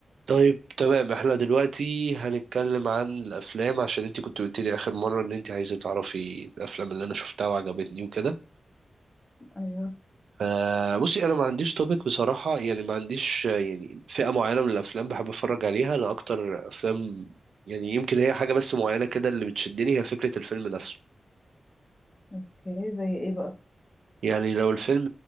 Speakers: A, on the right (about 85°); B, on the left (about 25°).
A: طيب تمام احنا دلوقتي هنتكلم عن الافلام عشان انت كنت قلت لي اخر مره ان انت عايزه تعرفي الافلام اللي انا شفتها وعجبتني وكده
B: ايوه
A: فبصي انا ما عنديش توبيك بصراحه يعني ما عنديش آه، يعني فئه معينه من الافلام بحب اتفرج عليها انا اكتر افلام يعني يمكن هي حاجه بس معينه كده اللي بتشدني هي فكره الفيلم نفسه
B: اوكي زي ايه بقى
A: يعني لو الفيلم